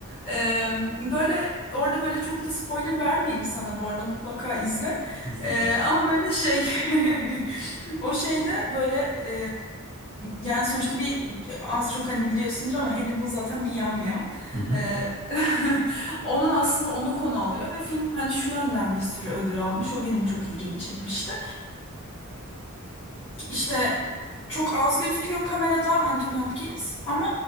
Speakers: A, on the left (about 25°); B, on the right (about 60°).
A: Ee, böyle orada böyle çok da spoiler vermeyeyim sana bu arada mutlaka izle.
B: İzleyeceğim.
A: Ee, ama böyle şey <laughs> o şeyde böyle e, yani sonuçta bir az çok hani biliyorsundur ama Hannibal zaten bir yamyam.
B: Hı hı.
A: Ee, <laughs> onun aslında onu konu alıyor ve film hani şu yönden bir sürü ödül almış. O benim çok ilgimi çekmişti. İşte çok az gözüküyor kamerada Anthony Hopkins ama